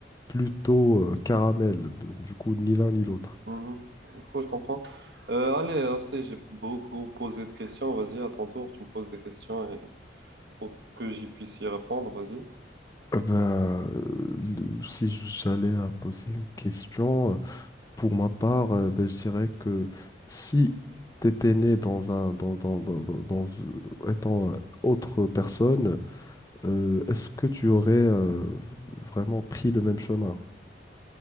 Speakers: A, on the left; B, on the right.
A: plutôt euh, caramel. Du coup, ni l'un ni l'autre.
B: mhm. Du coup, je comprends. Euh, allez, assez, j'ai beaucoup posé de questions. Vas-y, à ton tour, tu me poses des questions et pour que j'y puisse y répondre, vas-y.
A: Euh, ben, euh, le- si j'allais à poser une question, euh, pour ma part, euh, ben, je dirais que si tu étais né dans un, dans, dans, dans- dans- dans- euh, étant euh, autre personne, euh, est-ce que tu aurais euh, vraiment pris le même chemin?